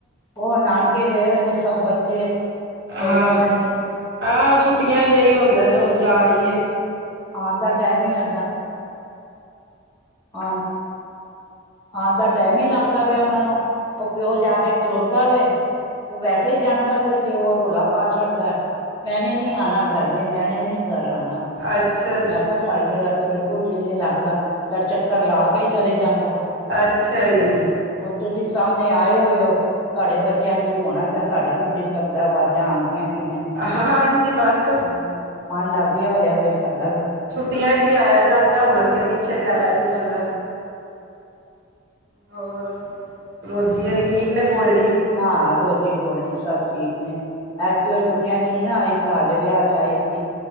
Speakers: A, on the left; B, on the right.
A: ਉਹ ਨਾਨਕੇ ਗਏ ਹੋਏ ਨੇ ਸਭ ਬੱਚੇ। ਦੋਨੋਂ
B: ਹਾਂ
A: ਜਨੇ।
B: ਹਾਂ, ਛੁੱਟੀਆਂ 'ਚ ਐਈਓ ਹੁੰਦੈ ਚਲੋ ਜਾਈਏ।
A: ਆਣ ਦਾ ਟਾਈਮ ਨੀ ਲੱਗਦਾ। ਆਨ
B: ਅੱਛਾ
A: ਆਨ ਦਾ ਟਾਈਮ ਹੀ ਨੀ ਲੱਗਦਾ ਪਿਆ ਓਨਾਂ ਨੂੰ, ਓ ਪਿਓ ਜਾ ਕੇ ਖਲੋਂਦਾ ਵੇ ਓ ਵੈਸੇ ਈ ਜਾਂਦਾ ਵੇ ਤੇ ਓ ਰੌਲਾ ਪਾ ਛੱਡਦਾ, ਮੈਨੇ ਨੀ ਆਨਾ ਘਰ ਮੇਂ ਮੈਨੇ ਨੀ ਘਰ ਆਨਾ।
B: ਅੱਛਾ।
A: ਮੈਂ ਕਿਹਾ ਸਾਡ-ਮੇਰਾ 'ਤੇ ਬਿਲਕੁਲ ਦਿਲ ਨੀ ਲੱਗਦਾ। ਚੱਲ ਚੱਕਰ ਲਾ ਕੇ ਈ ਚਲੇ ਜਾਂਦਾ।
B: ਅੱਛਾ ਜੀ
A: ਹੁਣ ਤੁਸੀਂ ਸਾਮਣੇ ਆਏ ਹੋਏ ਹੋ, ਤੁਹਾਡੇ ਬੱਚਿਆਂ ਦੀ ਰੌਣਕ ਐ ਸ ਸਾਡਾ ਵੀ ਦਿਲ ਲੱਗਦੈ, ਵਾਜ਼ਾਂ ਆਂਦੀਆਂ ਪਈਆਂ।
B: ਹਾ ਹਾਂਜੀ ਬਸ।
A: ਹਾਂ, ਮਨ ਲੱਗ ਗਯਾ ਹੋਇਆ ਵੇ ਸਾਡਾ ਵੀ।
B: ਛੁੱਟੀਆਂ 'ਚ ਈ ਆਇਆ ਜਾਂਦੈ, ਹੁਣ ਅੱਗੇ-ਪਿੱਛੇ
A: ਹਾਂ
B: ਤੇ ਆਇਆ ਨੀ ਜਾਂਦਾ। ਹੋਰ, ਰੋਜੀ ਔਰੀ ਠੀਕ ਨੇ ਗੋਲਡੀ?
A: ਹਾਂ, ਰੋਜੀ-ਗੋਲਡੀ ਸਭ ਠੀਕ ਨੇ। ਐਦਕੀ ਓ ਛੁੱਟੀਆਂ 'ਚ ਨੀ ਨਾ ਆਈ, ਭਰਾ ਦੇ ਵਿਆਹ 'ਚ ਆਈ ਸੀ।